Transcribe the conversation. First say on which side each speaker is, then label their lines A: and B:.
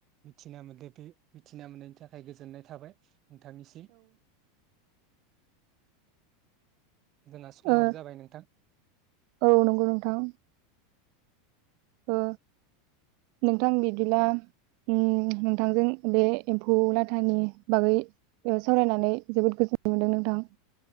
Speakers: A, on the right; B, on the right.
A: मिथिना मोनदो बे मिथिना मोननायनि थाखाय गोजोननाय थाबाय। नोंथांनिसिम । जोंहा समाबो
B: ओ
A: जाबाय नोंथां
B: औ नंगौ नोंथां। ओ नोंथां बिदिब्ला उम नोंथांजों बे एम्फौ लाथानि बागै ओ सावरायनानै जोबोद गोजोननाय मोनदों नोंथां।